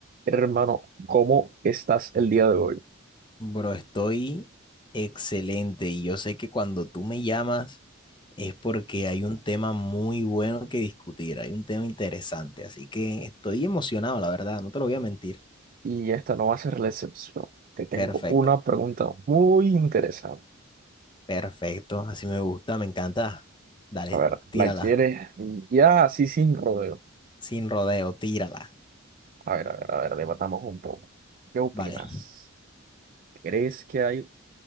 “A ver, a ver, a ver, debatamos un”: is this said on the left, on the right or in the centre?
Right